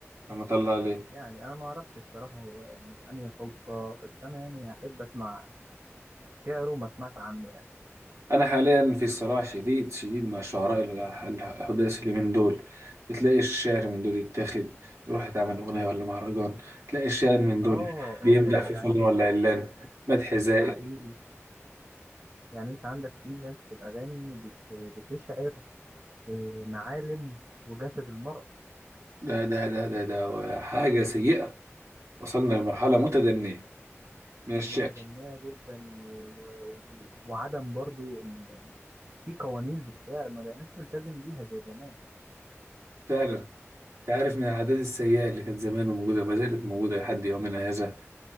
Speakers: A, on the right; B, on the right.
A: انا طلع ليه
B: يعني انا ما اعرفش الصراحة هو يعني في انهي حقبة بس انا يعني احب اسمع شعره ما اسمعش عنه يعني
A: انا حاليا في صراع شديد شديد مع شعراء ال- الحداثي اللي من دول بتلاقي الشعر من دول يتاخد يروح يتعمل اغنيه ولا مهرجان تلاقي الشاعر من دول
B: اه
A: بيمدح
B: اه
A: في
B: يعني
A: فلان
B: انت
A: ولا علان مدح زائل
B: ده حقيقي يعني انت عندك في ناس في الاغاني بت... بتشعر في معالم وجسد المرأة
A: ده ده ده ده ده حاجه سيئه وصلنا لمرحله متدنيه من الشعر
B: متدنية جدا و... و... وعدم برضو ان في قوانين للشعر ما بقيناش نلتزم بيها زي زمان
A: فعلا تعرف من العادات السيئه اللي كانت زمان موجوده وما زالت موجوده لحد يومنا هذا